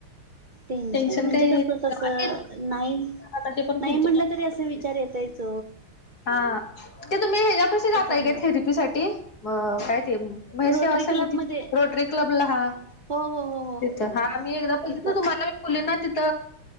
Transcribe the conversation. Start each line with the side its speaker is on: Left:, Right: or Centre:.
Right: तीनशे
Left: टेन्शन
Right: म्हणजे
Left: काही
Right: कसं
Left: घ्यायचं
Right: कसं नाईनथ
Left: आता ते पण
Right: नाही
Left: पुढचं
Right: म्हटलं तरी असा विचार येतायच
Left: हा ते तुम्ही हच्या्या कशी जाताय
Right: त्याच्यामुळं
Left: काय थेरपी साठी म काय ते म्हैसेव
Right: रोटरी
Left: समीतिथ
Right: क्लब मध्ये
Left: रोटरी क्लबला हा
Right: हो हो हो हो
Left: तिथं हा मी एकदा बघितल
Right: तिथं
Left: ना तुम्हाला मुलींना तिथ